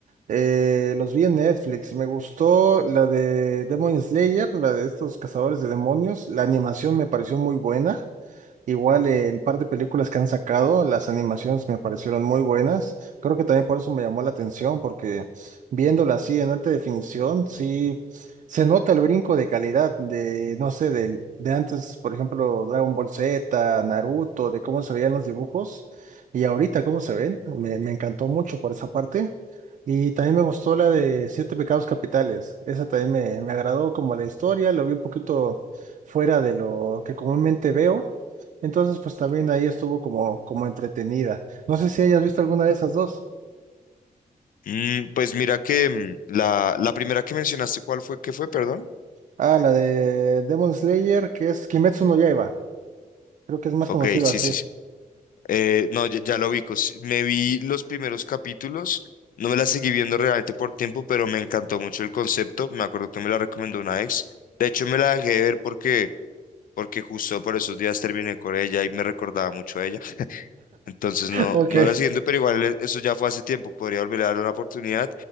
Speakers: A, on the right; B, on the left.
A: Eh, los vi en Netflix. Me gustó la de Demon Slayer, la de estos cazadores de demonios. La animación me pareció muy buena. Igual eh, el par de películas que han sacado, las animaciones me parecieron muy buenas. Creo que también por eso me llamó la atención, porque viéndola así en alta definición, sí se nota el brinco de calidad de, no sé, del de antes, por ejemplo, Dragon Ball Z, Naruto, de cómo se veían los dibujos y ahorita cómo se ven. Me, me encantó mucho por esa parte. Y también me gustó la de Siete Pecados Capitales. Esa también me, me agradó como la historia, lo vi un poquito fuera de lo que comúnmente veo. Entonces, pues también ahí estuvo como, como entretenida. No sé si hayas visto alguna de esas dos.
B: Mm, pues mira que mm, la, la primera que mencionaste, ¿cuál fue? ¿Qué fue? Perdón.
A: Ah, la de Demon Slayer, que es Kimetsu no Yaiba. Creo que es más
B: Ok,
A: conocida
B: sí,
A: así.
B: sí,
A: <laughs>
B: Eh, no, ya, ya lo ubico. sí, Me vi los primeros capítulos, no me la seguí viendo realmente por tiempo, pero me encantó mucho el concepto. Me acuerdo que me la recomendó una ex. De hecho, me la dejé de ver porque, porque justo por esos días terminé con ella y me recordaba mucho a ella. Entonces, no,
A: Ok,
B: no la siguiendo, pero igual e- eso ya fue hace tiempo. Podría volver a dar una oportunidad.